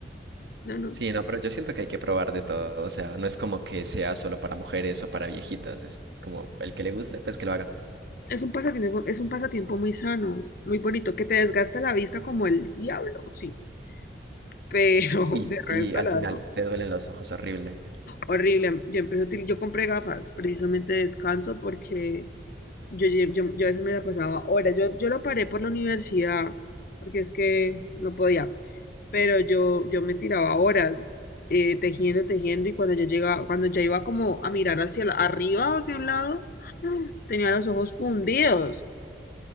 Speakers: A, on the left; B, on the right.
A: no, no.
B: Sí, no, pero yo siento que hay que probar de todo, o sea, no es como que sea solo para mujeres o para viejitas, es como el que le guste, pues que lo haga.
A: Es un pasatiempo, es un pasatiempo muy sano, muy bonito, que te desgasta la vista como el diablo, sí, pero <laughs>
B: Uy,
A: de
B: sí,
A: resto
B: al
A: la
B: final te duelen los ojos horrible.
A: horrible. Yo empecé a util- yo compré gafas precisamente de descanso porque Yo, lle- yo, yo a veces me la pasaba horas. Yo, yo lo paré por la universidad, porque es que no podía. Pero yo, yo me tiraba horas eh, tejiendo, tejiendo, y cuando yo llegaba, cuando ya iba como a mirar hacia la- arriba o hacia un lado, <gasps> tenía los ojos fundidos.